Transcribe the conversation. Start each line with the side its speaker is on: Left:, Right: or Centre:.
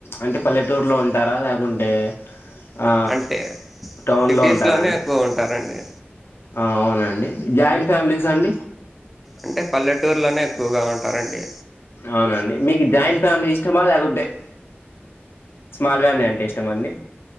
Left: అంటే పల్లెటూరులో ఉంటారా లేకుంటే ఆ
Centre: అంటే
Left: టౌన్లో
Centre: సిటీస్
Left: ఉంటారా
Centre: లోనే
Left: అండి
Centre: ఎక్కువ ఉంటారండి
Left: అవునండి జాయింట్ ఫ్యామిలీస్ అండి
Centre: అంటే పల్లెటూరులోనే ఎక్కువగా ఉంటారండి
Left: అవునండి మీకు జాయింట్ ఫ్యామిలీ ఇష్టమా లేకుంటే స్మాల్ ఫ్యామిలీ అంటే ఇష్టం అండి